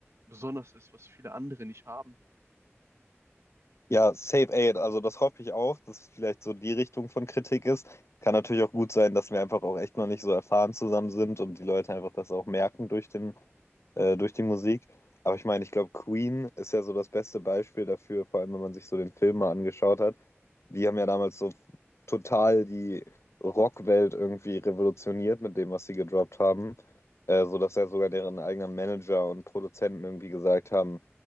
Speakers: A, on the right; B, on the left.
A: besonders ist, was viele andere nicht haben.
B: Ja, Safe Aid, also das hoffe ich auch, dass es vielleicht so die Richtung von Kritik ist. Kann natürlich auch gut sein, dass wir einfach auch echt noch nicht so erfahren zusammen sind und die Leute einfach das auch merken durch den äh, durch die Musik. Aber ich meine, ich glaube, Queen ist ja so das beste Beispiel dafür, vor allem wenn man sich so den Film mal angeschaut hat. Die haben ja damals so total die Rockwelt irgendwie revolutioniert mit dem, was sie gedroppt haben. Äh, so dass ja sogar deren eigenen Manager und Produzenten irgendwie gesagt haben,